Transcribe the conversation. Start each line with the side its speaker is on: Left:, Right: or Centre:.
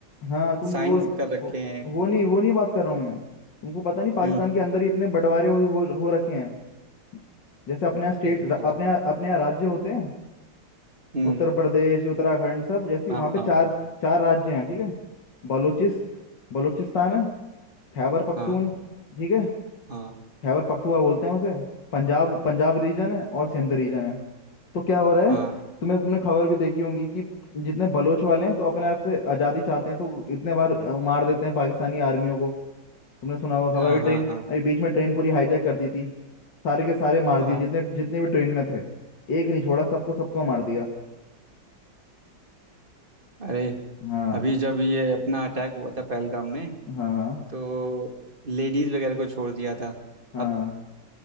Left: हाँ तुम
Right: साइंस
Left: वो
Right: कर रखे
Left: वो
Right: हैं
Left: वो नहीं वो नहीं बात कर रहा हूँ मैं तुमको पता नहीं पाकिस्तान
Right: हम्म
Left: के अंदर ही इतने बंटवारे हो, हो, हो रखे हैं जैसे अपने यहाँ स्टेट
Right: अरे
Left: अपने
Right: बहुत
Left: यहाँ- अपने यहाँ राज्य होते हैं
Right: हम्म
Left: उत्तर प्रदेश उत्तराखंड सब जैसे
Right: हाँ
Left: वहाँ पे
Right: हाँ
Left: चार चार राज्य हैं ठीक है बलूचिस बलूचिस्तान है खैबर पख्तून
Right: हाँ
Left: ठीक है
Right: हाँ
Left: खैबर पख्तुआ बोलते हैं उसे पंजाब पंजाब रीजन है और सिंध रीजन है तो क्या हो रहा
Right: हाँ
Left: है तुम्हें तुमने खबर भी देखी होगी कि जितने बलोच वाले हैं तो अपने आप से आज़ादी चाहते हैं तो इतने बार अ, मार देते हैं पाकिस्तानी आर्मियों को तुमने सुना होगा
Right: हाँ
Left: खबर अभी ट्रेन
Right: हाँ हाँ
Left: अभी बीच में ट्रेन पूरी हाईजैक कर दी थी सारे के सारे मार
Right: हाँ
Left: दिए जितने जितने भी ट्रेन में थे एक नहीं छोड़ा सबको सबको मार दिया
Right: अरे
Left: हाँ
Right: अभी जब ये अपना अटैक हुआ था पहलगाम में
Left: हाँ हाँ
Right: तो लेडीज़ वगैरह को छोड़ दिया था
Left: हाँ
Right: अब